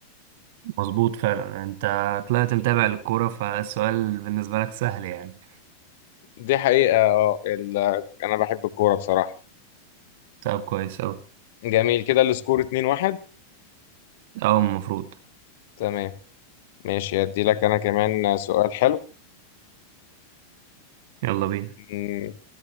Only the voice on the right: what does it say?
مظبوط فعلا انت طلعت متابع للكورة فالسؤال بالنسبة لك سهل يعني
طب كويس اوي
او المفروض
يلا بينا